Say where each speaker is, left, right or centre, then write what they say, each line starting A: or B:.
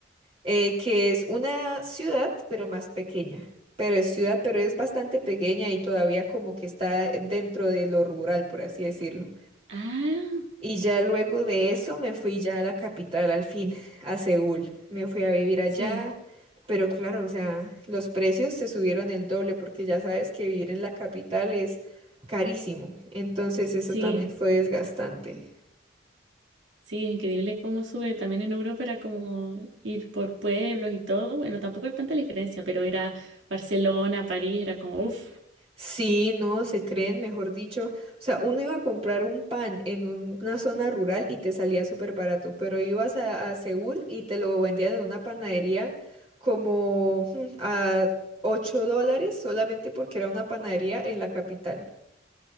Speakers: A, on the right (about 30°); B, on the right (about 80°).
A: eh, que es una ciudad pero más pequeña. Pero es ciudad, pero es bastante pequeña y todavía como que está dentro de lo rural, por así decirlo.
B: Ah,
A: Y ya luego de eso me fui ya a la capital al fin, a Seúl. Me fui a vivir allá,
B: sí,
A: pero claro, o sea, los precios se subieron el doble porque ya sabes que vivir en la capital es carísimo. Entonces eso
B: sí.
A: también fue desgastante.
B: Sí, es increíble cómo sube. También en Europa era como ir por pueblos y todo. Bueno, tampoco hay tanta diferencia, pero ir a Barcelona, París, era como, uff,
A: Sí, no, se creen, mejor dicho. O sea, uno iba a comprar un pan en un- una zona rural y te salía súper barato, pero ibas a, a Seúl y te lo vendían en una panadería como mm, a 8 dólares solamente porque era una panadería en la capital.